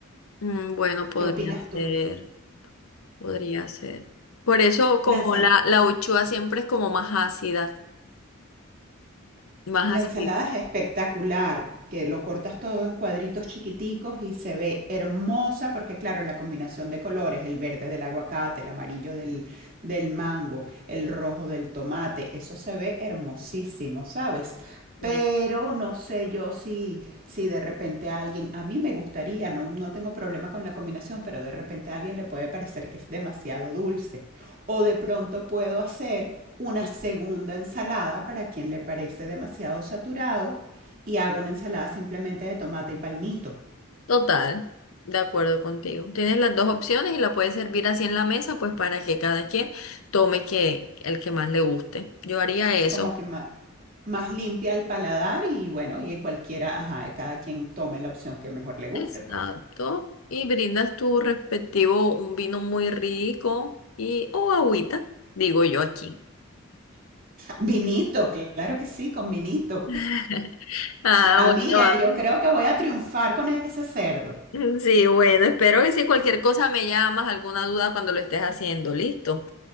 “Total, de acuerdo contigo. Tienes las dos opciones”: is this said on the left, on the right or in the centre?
Left